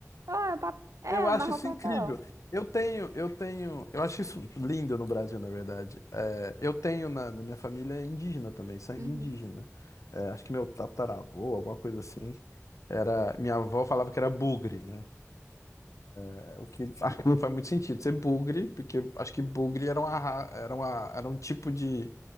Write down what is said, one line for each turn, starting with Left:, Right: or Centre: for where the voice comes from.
Right: ah, é, um pap- é,
Left: Eu acho
Right: marrom
Left: isso
Right: papelão.
Left: incrível. Eu tenho, eu tenho, eu acho isso lindo no Brasil, na verdade. É, eu tenho na, na minha família indígena também, sangue
Right: Uhum.
Left: indígena. É, acho que meu tataravô, alguma coisa assim, era, minha avó falava que era bugre, né? É, O que acho que não faz muito sentido ser bugre, porque acho que bugre era uma, ra- era uma, era um tipo de